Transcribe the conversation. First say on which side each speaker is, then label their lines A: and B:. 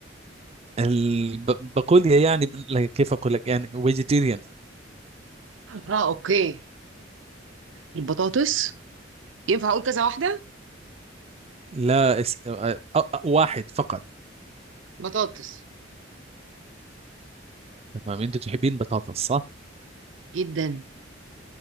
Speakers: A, on the right; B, on the right.
A: ال- ب- بقول يا يعني ب- لا، كيف أقول لك يعني فيجيتيريان
B: اه اوكي البطاطس ينفع اقول كذا واحدة
A: لا اس... أ- أ- واحد فقط
B: بطاطس
A: تمام أنت تحبين بطاطس صح
B: جدا